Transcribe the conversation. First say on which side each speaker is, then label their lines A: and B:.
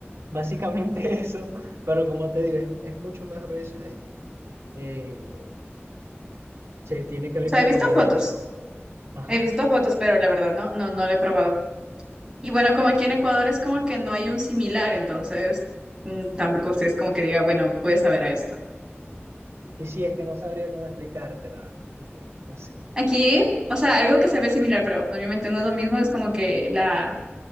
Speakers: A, on the right; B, on the right.
A: Básicamente <laughs> eso, pero como te digo, es, es mucho más gruesa y eh, se tiene que abrir
B: O sea,
A: como
B: he visto
A: por el
B: fotos,
A: medio. así. Ajá.
B: he visto fotos, pero la verdad no, no, no lo he probado. Y bueno, como aquí en Ecuador es como que no hay un similar, entonces mm, tampoco usted es como que diga, bueno, puede saber a esto.
A: Y sí, es que no sabría cómo explicarte, la verdad. Ok, no sé.
B: Aquí, o sea, algo que se ve similar, pero obviamente no es lo mismo, es como que la,